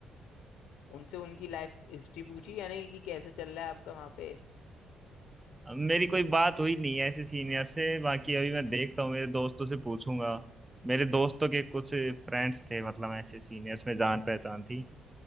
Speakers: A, on the left (about 85°); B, on the right (about 15°).
A: उनसे उनकी लाइफ हिस्ट्री पूछी यानी कि कैसे चल रहा है आपका वहां पे
B: अब मेरी कोई बात हुई नहीं है ऐसे सीनियर से बाकी अभी मैं देखता हूँ मेरे दोस्तों से पूछूंगा मेरे दोस्तों के कुछ फ्रेंड्स थे मतलब ऐसे सीनियर्स में जान पहचान थी